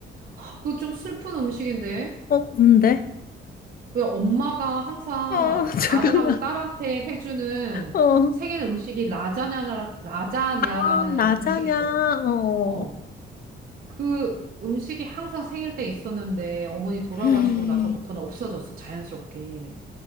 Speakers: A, on the right; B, on the left.
A: 아, 그거 좀 슬픈 음식인데.
B: 어 뭔데?
A: 왜 엄마가 항상
B: 어 <laughs>
A: 그 아들하고
B: 잠깐만.
A: 딸한테 해주는
B: 어
A: 생일 음식이 라자냐 라자냐라는
B: 아, 라자냐.
A: 음식이 있거든.
B: 어.
A: 어. 그 음식이 항상 생일 때 있었는데 어머니 돌아가시고
B: 음.
A: 나서부터는 없어졌어. 자연스럽게.